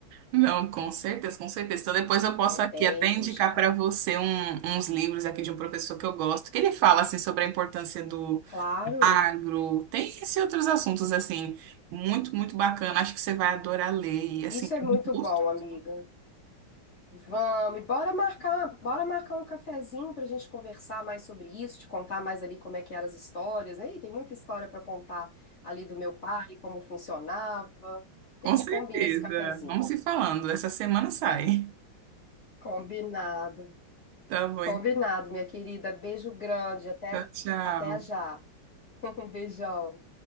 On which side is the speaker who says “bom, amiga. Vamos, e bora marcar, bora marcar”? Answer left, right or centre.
Left